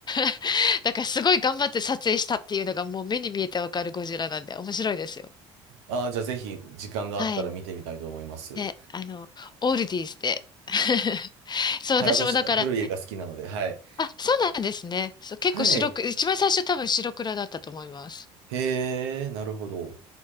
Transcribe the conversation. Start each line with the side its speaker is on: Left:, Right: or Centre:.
Left: <laughs> だからすごい頑張って撮影したっていうのがもう目に見えてわかるゴジラなんで、面白いですよ。
Right: ああ、じゃあぜひ、時間があったら見てみたいと思います。
Left: はい。で、あの、オールディーズで。<laughs> そう、
Right: はい、
Left: 私もだから、
Right: 私、古い映画好きなので、はい。
Left: あ、そうなんですね。そう、結構白く、
Right: はい。
Left: 一番最初多分白黒だったと思います。
Right: へえ、なるほど。